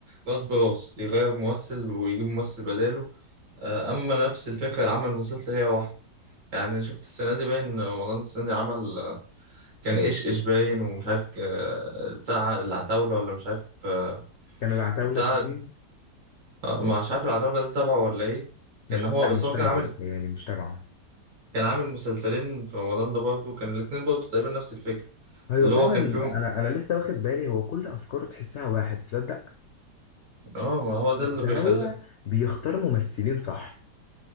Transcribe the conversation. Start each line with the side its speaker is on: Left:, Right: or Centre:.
Right: راس براس يغير ممثل ويجيب ممثل بداله آه، أما نفس الفكرة اللي عمل المسلسل هي واحدة يعني شفت السنة دي باين رمضان السنة دي عمل آه، كان إيش إيش باين ومش عارف آه، بتاع العتاولة ولا مش عارف آه،
Left: كان العتاولة
Right: بتاع
Left: اتنين
Right: آه، مش عارف العتاولة ده تبعه ولا إيه كان
Left: مش
Right: هو
Left: لا
Right: بس
Left: مش
Right: هو
Left: تبعه
Right: كان عامل
Left: بيتهيألي مش تبعه
Right: كان عامل مسلسلين في رمضان ده برضه كان الاتنين برضه تقريبا نفس الفكرة
Left: ايوه
Right: اللي
Left: فعلا
Right: هو كان فيهم
Left: انا انا لسه واخد بالي هو كل افكاره تحسها واحد تصدق
Right: اه ما هو ده
Left: بس
Right: اللي بيخلي
Left: هو بيختار ممثلين صح